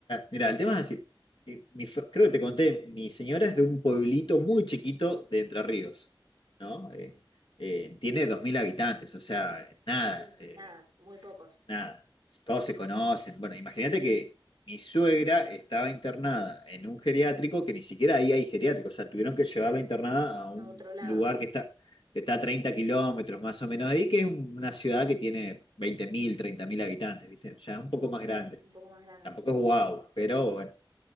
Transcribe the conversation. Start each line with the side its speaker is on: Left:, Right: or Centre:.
Left: mira, el tema es así. Y mi fa- creo que te conté, mi señora es de un pueblito muy chiquito de Entre Ríos, ¿no? Eh, eh, tiene 2.000 habitantes, o sea, nada.
Right: Sí.
Left: eh,
Right: Nada, muy pocos.
Left: nada, todos se conocen. Bueno, imagínate que mi suegra estaba internada en un geriátrico que ni siquiera ahí hay geriátrico, o sea, tuvieron que llevarla internada a un
Right: A otro lado,
Left: lugar que está, que está a 30 kilómetros más o menos de ahí, que es un- una ciudad que tiene veinte mil treinta mil habitantes, ¿viste? Ya es un poco más
Right: claro,
Left: grande.
Right: un poco más grande,
Left: Tampoco
Right: sí.
Left: es guau, pero bueno.